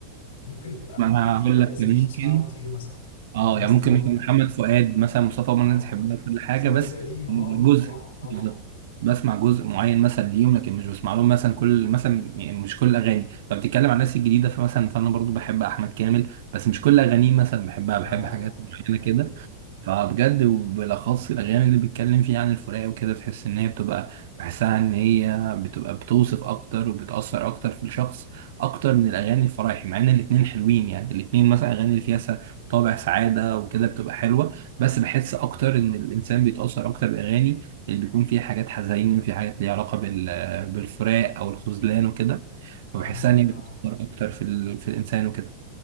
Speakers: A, on the left; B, on the right.
A: ممكن تبقى
B: ما أنا
A: عارفاه
B: هقول
A: بس
B: لك ممكن
A: مش بتسمعه كتير مثلا
B: اه
A: زي مثلا
B: يعني ممكن
A: هقول
B: مثلا
A: لك
B: محمد فؤاد مثلا مصطفى عمر
A: اه
B: تحبنا كل حاجه
A: بس الناس
B: بس
A: دي قديمه
B: جزء
A: اه دي طبعا طبعا
B: بالظبط بسمع جزء معين مثلا ليهم لكن مش بسمع لهم مثلا كل مثلا يعني مش كل اغاني لو بتتكلم عن الناس الجديده فمثلا فانا برضو بحب احمد كامل بس مش كل اغانيه مثلا بحبها بحب
A: اه آه،
B: حاجات معينه
A: ايوه
B: كده
A: ايوه
B: فبجد وبالاخص الاغاني اللي بيتكلم فيها عن الفراق وكده بتحس ان هي بتبقى بحسها ان هي بتبقى بتوصف اكتر وبتاثر اكتر في الشخص اكتر من الاغاني الفرايحي مع ان الاتنين حلوين يعني الاتنين مثلا اغاني اللي فيها س- طابع سعاده وكده بتبقى حلوه بس بحس اكتر ان الانسان بيتاثر اكتر بالاغاني اللي بيكون فيها حاجات حزين في حاجات ليها علاقه بال- بالفراق او الخذلان وكده
A: فهمتك
B: فبحسها ان هي بتاثر
A: اه
B: اكتر في ال... في الانسان وكده